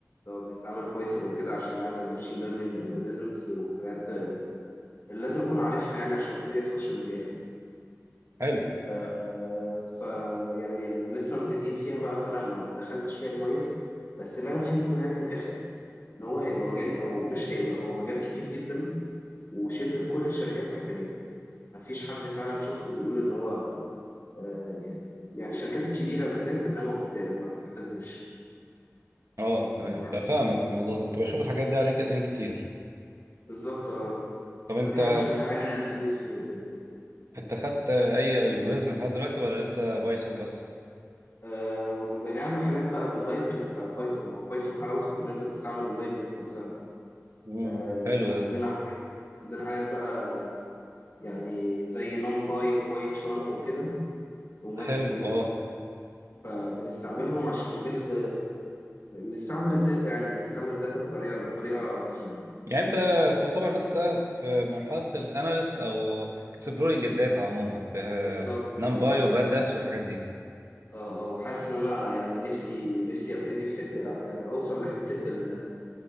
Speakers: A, on the left; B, on the right.
A: لو بنستعمل مم. بايثون وكده عشان نعمل ماشين ليرنينج الجوريزمز وحاجات آه، اللي لازم اكون عارفها يعني عشان ابتدي اخش المجال
B: حلو
A: آه، فيعني لسه مبتدئين فيها بقى فانا ما ما دخلتش فيها كويس بس اللي انا فهمته يعني من الاخر ان هو هيبقى مجال او مش هيبقى هو مجال كبير جدا وشبه كل الشركات محتاجاه مفيش حد فعلا شفته بيقول ان هو آه، يعني يعني الشركات الكبيره بالذات ان هي ما بت- ما بتحتاجهوش
B: اه تمام
A: فاهم قصدي؟
B: فاهمك بالموضوع ده كنت بشوف الحاجات دي على لينكد ان كتير
A: بالظبط اه
B: طب انت
A: فدي حاجه مشجعاني يعني ادوس فيه وكده
B: انت خدت اي الجوريزم لحد دلوقتي ولا لسه بايثون بس؟
A: آه بنعمل حاجات بقى باللايبرز بتاع بايثون ما هو بايثون حلاوته في ان انت تستعمل اللايبرز نفسها
B: امم
A: آه
B: حلو
A: عندنا
B: ده
A: حاجات عندنا حاجات بقى يعني زي نمباي وباي تشارم وكده وماتل-
B: حلو اه
A: وبنستعملهم عشان نبيلد نستعمل الداتا يعني نستعمل الداتا بطريقه بطريقه مفيده
B: يعني انت تعتبر لسه في مرحلة الاناليست او اكسبلورنج الداتا عموما
A: بالظبط كده
B: بنمباي
A: اه
B: وبانداس
A: اه
B: والحاجات دي
A: اه اه وحاسس ان انا يعني نفسي نفسي ابتدي في حته يعني اوصل لحته ال